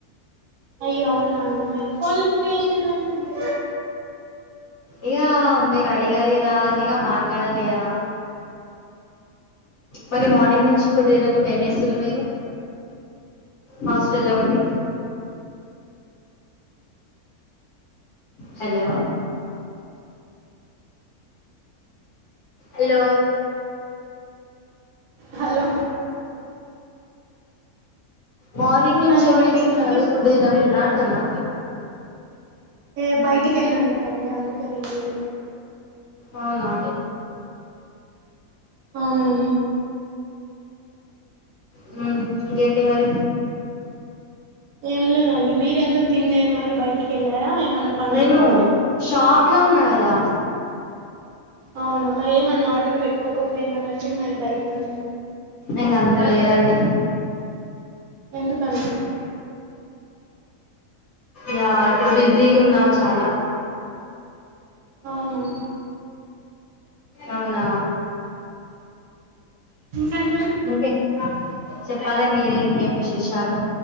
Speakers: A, on the right; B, on the left.
A: అయ్యో అవున అండి మరి ఫోన్ లిఫ్ట్ చేసిరండి మీ
B: ఇగా మీరు అడిగారు గద అని మాట్లాడాలి గదా మరి మార్నింగ్ నుంచి ఫుడ్ తినకుండా ఇంజేస్తుతుళ్ళు మీరు హాస్టల్ ఉండి హలో అలో
A: హలో
B: మోర్నింగ్ నుంచి
A: హలో
B: ఏం
A: అండి
B: చేసున్నారు
A: వినిపిస్
B: ఫుడ్ తినకుండా అంటున్నా
A: ఎ బైటికెళ్ళుండే దాన్ని అందుకే రింగి
B: అవునా
A: అవునండి
B: ఉ ఇంకేంటి మరి
A: ఏం లేదండి మీరూ ఎందుకు తన్లేరు మరి బైటికేళ్ళారా ఏమన్నా పన్లో
B: నేను
A: ఉన్నారా
B: షాప్ లో ఉన్న గదా
A: అవునా మరి ఏమన్నా ఆర్డర్ పెట్టుకోకపోయినా రండి మరి బైట నుండి
B: ఇంగా అంత లేదండి
A: ఎందుకండి
B: యా అప్పుడు బిజీ గున్నా చాలా
A: అవున
B: అవునా
A: <inaudible>
B: ఇంకే చెప్పాలి మీరే ఇంకేం విశేషాలు